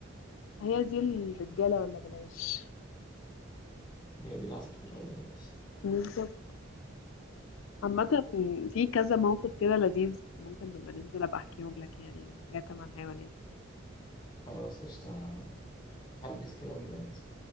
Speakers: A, on the left; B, on the left.
A: هي دي الرجالة ولا بلاش
B: هي دي العصافير ولا بلاش
A: بالظبط عامة في كذا موقف كده لذيذ ممكن لما ننزل ابقى احكيهم لك يعني حاجات عن حيوانات
B: خلاص قشطة أنا هلبس كده ونبقى ننزل